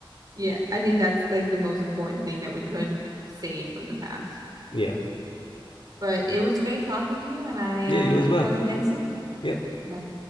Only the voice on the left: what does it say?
Yeah,
yeah,
you
as well.
Yep. Bye.